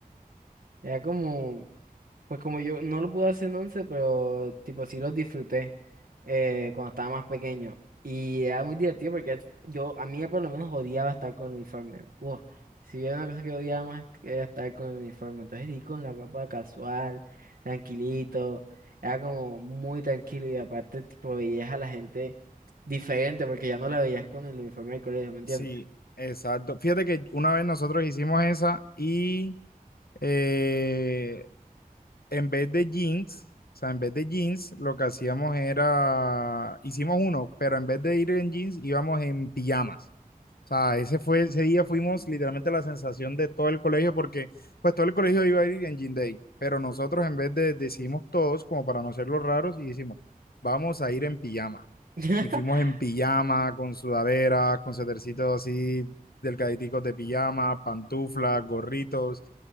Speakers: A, on the right (about 80°); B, on the left (about 85°).
A: Era como Pues como yo no lo pude hacer en once, pero tipo sí los disfruté eh, cuando estaba más pequeño. Y era muy divertido porque es- yo, a mí por lo menos odiaba estar con el uniforme. Uf, si había una cosa que odiaba más era estar con el uniforme. Entonces di con la ropa casual, tranquilito. Era como muy tranquilo y aparte tipo veías a la gente diferente porque ya no la veías con el uniforme del colegio, ¿me entiendes?
B: Sí, exacto. Fíjate que una vez nosotros hicimos esa y eh, en vez de jeans, o sea, en vez de jeans, lo que hacíamos era, hicimos uno, pero en vez de ir en jeans, íbamos en pijamas. sea, ese fue, ese día fuimos literalmente la sensación de todo el colegio, porque pues todo el colegio iba a ir en Jean Day, pero nosotros en vez de decidimos todos, como para no ser los raros, y dijimos, vamos a ir en pijama.
A: <laughs>
B: Y fuimos en pijama, con sudaderas, con setercitos así, delgaditicos de pijama, pantuflas, gorritos.